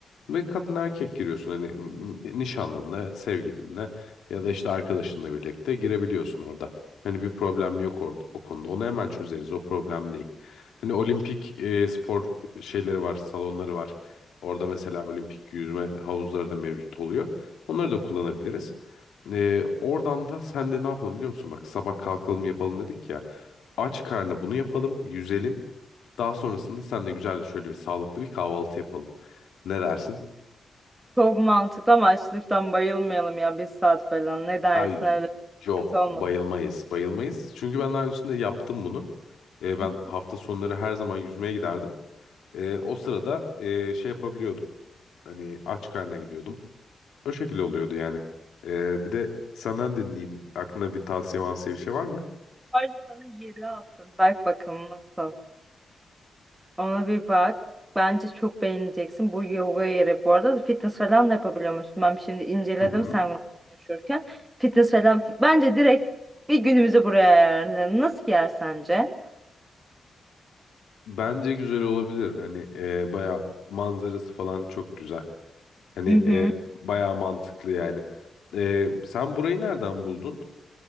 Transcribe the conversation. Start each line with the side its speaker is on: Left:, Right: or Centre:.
Left: Ve kadın erkek giriyorsun hani mm, nişanlınla, sevgilinle. Ya da işte arkadaşınla birlikte girebiliyorsun orada. Hani bir problem yok orada o konuda. Onu hemen çözeriz. O problem değil. Hani olimpik e, spor şeyleri var, salonları var. Orada mesela olimpik yüzme havuzları da mevcut oluyor. Onları da kullanabiliriz. E, oradan da sen de ne yapalım biliyor musun? Bak sabah kalkalım yapalım dedik ya. Aç karnına bunu yapalım, yüzelim. Daha sonrasında sen de güzel şöyle bir sağlıklı bir kahvaltı yapalım. Ne dersin?
Right: Çok mantıklı ama açlıktan bayılmayalım ya bir saat falan. Ne dersin
Left: Ay
Right: öyle bir
Left: yok
Right: sıkıntı olmaz.
Left: bayılmayız bayılmayız. Çünkü ben daha öncesinde yaptım bunu. E, ben
Right: <laughs>
Left: hafta sonları her zaman yüzmeye giderdim. E, o sırada e, şey yapabiliyordum. Hani aç karnına gidiyordum. O şekilde oluyordu yani. E, bir de senden dinleyeyim. Aklına bir tavsiye mavsiye bir şey var mı?
Right: Ayrıca sana yeri attım. Bak bakalım nasıl. Ona bir bak. Bence çok beğeneceksin. Bu yoga yeri bu arada fitness falan da yapabiliyor musun? Ben şimdi inceledim
Left: Hı hı.
Right: sen bunu konuşurken. Fitness falan. Bence direkt bir günümüzü buraya ayarlayalım. Nasıl bir yer sence?
Left: Bence güzel olabilir. Hani e, baya manzarası falan çok güzel. Hani
Right: Hı hı.
Left: e, baya mantıklı yani. E, sen burayı nereden buldun?